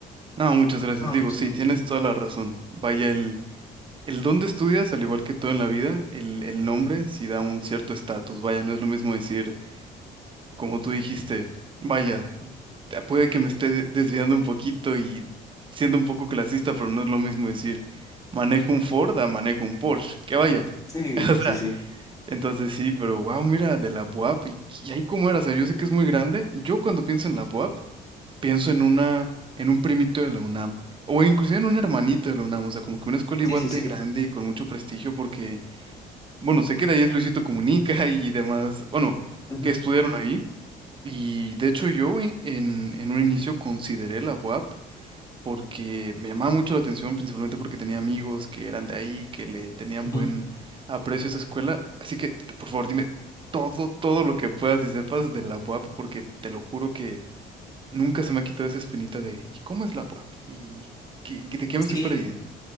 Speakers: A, on the right (about 30°); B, on the left (about 20°).
A: No, muchas gracias.
B: Ah,
A: Digo,
B: muchas
A: sí,
B: gracias.
A: tienes toda la razón. Vaya, el, el dónde estudias, al igual que todo en la vida, el, el nombre sí da un cierto estatus. Vaya, no es lo mismo decir como tú dijiste, vaya, te- puede que me esté de- desviando un poquito y siendo un poco clasista, pero no es lo mismo decir manejo un Ford a manejo un Porsche, que vaya.
B: Sí,
A: <laughs>
B: sí,
A: O sea,
B: sí.
A: entonces sí, pero wow, mira, de la BUAP, y, y ahí cómo era, o sea, yo sé que es muy grande, yo cuando pienso en la BUAP, pienso en una, en un primito de la UNAM, o inclusive en un hermanito de la UNAM, o sea, como que una escuela
B: Sí,
A: igual
B: sí,
A: de
B: sí.
A: grande, con mucho prestigio, porque, bueno, sé que de ahí es Luisito Comunica <laughs> y demás, bueno,
B: Ujú,
A: que estudiaron ahí, y de hecho yo en, en en un inicio consideré la UAP porque me llamaba mucho la atención, principalmente porque tenía amigos que eran de ahí, que le tenían
B: ujú.
A: buen aprecio a esa escuela. Así que, t- por favor, dime todo, todo lo que puedas y sepas de la UAP, porque te lo juro que nunca se me ha quitado esa espinita de ¿y cómo es la UAP? ¿Y qué- de qué
B: Sí,
A: me estoy perdiendo?